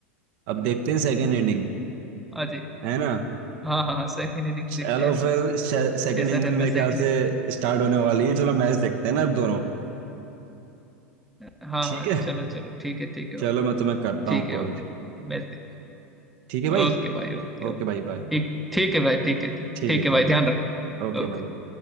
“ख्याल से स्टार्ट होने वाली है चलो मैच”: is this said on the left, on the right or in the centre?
Right